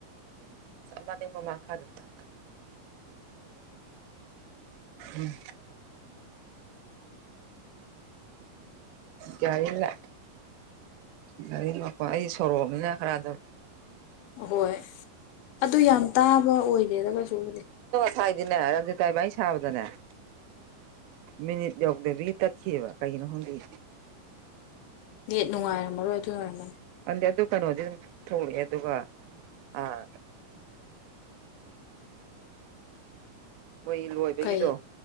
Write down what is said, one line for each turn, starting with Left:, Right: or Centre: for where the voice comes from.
Right: ꯁꯃꯅꯤ ꯃ ꯃ ꯈꯥꯗ ꯎꯠꯇ ꯎꯝ ꯀꯔꯤꯂ ꯒꯥꯔꯤ ꯃꯄꯣ ꯑꯩ ꯁꯣꯔꯣꯛꯑꯅꯤꯅ ꯈꯔꯗ
Left: ꯑꯣꯏ ꯑꯗꯨ ꯌꯥꯝ ꯇꯥꯕ ꯑꯣꯏꯒꯦꯗ ꯀꯩꯁꯨꯕꯨꯗꯤ
Right: ꯐꯥꯏꯗꯅꯦ ꯔꯟꯖꯤ ꯇꯥꯏꯕ ꯁꯥꯕꯗꯅꯦ ꯃꯤꯅꯤꯠ ꯌꯧꯗꯕꯤꯒꯤ ꯇꯠꯈꯤꯑꯕ ꯀꯩꯒꯤꯅꯣ ꯍꯣꯡꯗꯦ
Left: ꯅ ꯅꯨꯡꯉꯥꯏꯔꯝꯃꯔꯣꯏ ꯑꯗꯨ ꯑꯣꯏꯔꯝꯃꯅꯤ
Right: ꯑꯗꯨ ꯀꯩꯅꯣꯗꯤ ꯑꯗꯨꯝ ꯊꯣꯛꯂꯑꯦ ꯑꯗꯨꯒ ꯑꯥ ꯃꯣꯏ ꯂꯣꯏꯕꯒꯤꯗꯣ
Left: ꯀꯩ